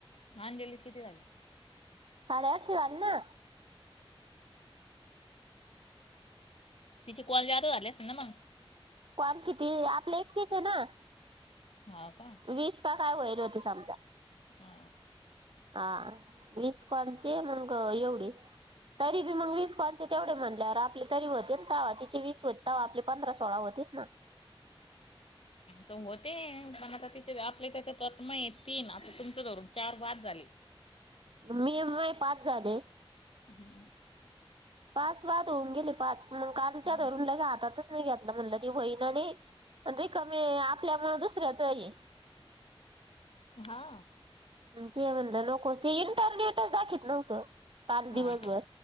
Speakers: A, on the left; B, on the right.
A: नाहान गेलीस किती झाले.
B: साडे आठशे वाली ना.
A: तिची कॉल जा झाली अस ना मग
B: कण किती आपले इतकीच आहे ना
A: हा का
B: वीस का काय वईल होतीस आमज
A: ह.
B: हा वीस कोांची मग एवढी तरी बी मग वीस कोॉलचे तेवढे म्हटलेर आपले तरी होते ता तिचे वीस होते त आपले. पंधरा सोळा होतीस ना.
A: तर होते पण आता तिच्या आपले त्याच्यातत् मय तीन आता तुमचं धरून चार वाद झाली.
B: मी एमय पाच झाले.
A: हा.
B: पाच वाद होऊन गेले पाच मग कालच्या
A: हा
B: धरून ल गे आातातच नाही घेतलं म्हणलं ती बहीण नाही. आणिण रे कमी आपल्यामुळे दुसऱ्याच आहे.
A: हा.
B: ते म्हणलं नको ते इंटरनेटच दाखत नव्हतं काल
A: हा
B: दिवसभर
A: हा